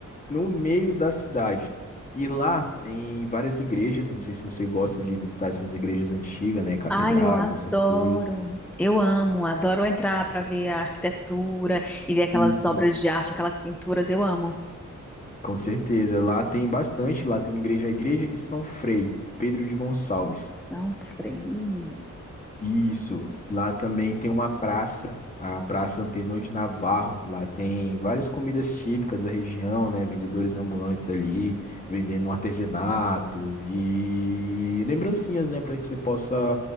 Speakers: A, on the left; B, in the centre.
A: no meio da cidade. E lá tem várias igrejas, não sei se você gosta de visitar essas igrejas antigas, né, catedrais,
B: Ai, eu adoro!
A: essas coisas.
B: Eu amo, adoro entrar para ver a arquitetura e ver aquelas
A: Isso.
B: obras de arte, aquelas pinturas, eu amo.
A: Com certeza, lá tem bastante, lá tem uma igreja, a igreja de São Frei Pedro de Gonçalves.
B: Não freio.
A: Isso. Lá também tem uma praça, a Praça Antenor de Navarro. Lá tem várias comidas típicas da região, né? Vendedores ambulantes ali, vendendo artesanatos e lembrancinhas, né? Para que você possa